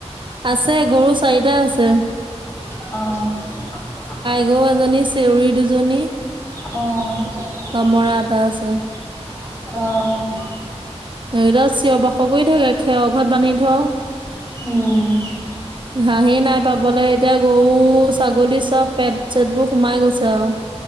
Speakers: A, on the right (about 45°); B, on the left (about 25°).
A: আছে গৰু চাৰিটা আছে।
B: অ',।
A: <unintelligible> এজনী, চেউৰী দুজনী।
B: অ',
A: দমৰা এটা
B: অ',
A: আছে ধৰিলোৱা চিঞৰ বাসৰ কৰি থাকে, খেৰৰ ঘৰত বান্ধি থওঁ।
B: উমঁ।
A: ঘাহেঁই নাই পাবলৈ, এতিয়া গৰু-ছাগলী চ'ব পেট-চেটবোৰ সোমাই গৈছে আৰু,